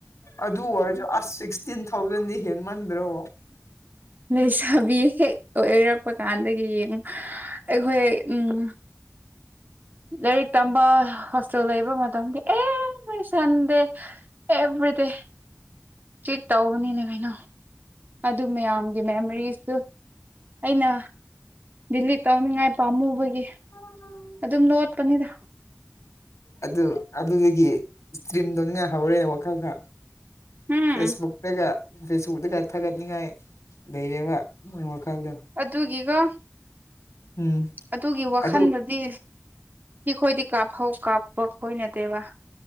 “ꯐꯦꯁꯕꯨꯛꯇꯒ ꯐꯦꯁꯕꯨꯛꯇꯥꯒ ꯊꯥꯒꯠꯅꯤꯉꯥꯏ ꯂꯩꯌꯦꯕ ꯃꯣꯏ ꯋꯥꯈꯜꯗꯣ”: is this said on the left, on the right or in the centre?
Left